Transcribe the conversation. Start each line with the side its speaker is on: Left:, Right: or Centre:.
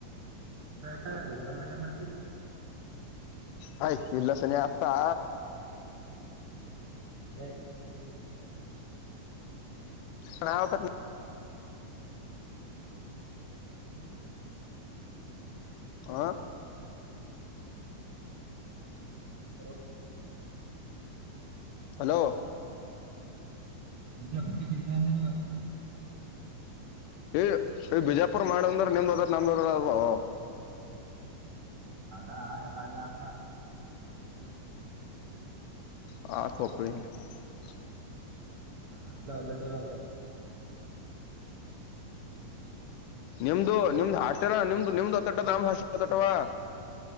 Right: ಹ ಗುಧವಾರ ಏನ್ ಮಾಡ್ತಿ
Left: ಹಯ್ ಇಲ್ಲಾಸನ ಆತಾ
Right: ಹ ಬಿಜಾಪು
Left: ಕಾವ ತ
Right: ಹ್ಮ
Left: ಆ
Right: ನಿಮ್ಮ್ ಮನೆೆ ಸಿತ
Left: ಹಲೋ
Right: ನಿಜ ಆಫ್ರಿಕ ಚತನ
Left: ಈ ಬಿಜಾಪುರ್ ಮಾಡಂದ್ರ ನಿಮ್ದ ಅದ್ರ ನಮ್ದದ್ರ ಅ <inaudible>
Right: ಹಾಗ ಎಲ್ಲ ಅಲ್ಲಿ ಆಕ <unintelligible>
Left: ಹಾ ಸೊಪ <unintelligible>
Right: ಹಲ್ಲ ಒಂದೇ ತೋರ ಆದ <inaudible>
Left: ನಿಮ್ದು ನಿಮ್ದು ಹಾಷ್ಟರ ನಿಮ್ದು ನಿಮ್ದು ಅತ್ತಟ್ಟಾಮ್ <inaudible> ತೊಟವಾ <inaudible>